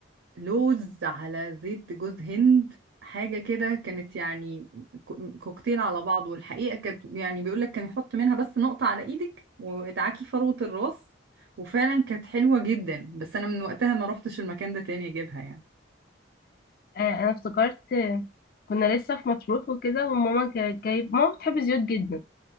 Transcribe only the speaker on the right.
لوز على زيت جوز هند حاجة كده كانت يعني كو- كوكتيل على بعضه والحقيقة كانت يعني بيقولك كان يحط منها بس نقطة على إيدك وادعاكي فروة الراس وفعلا كانت حلوة جدا بس أنا من وقتها ما روحتش المكان ده تاني أجيبها يعني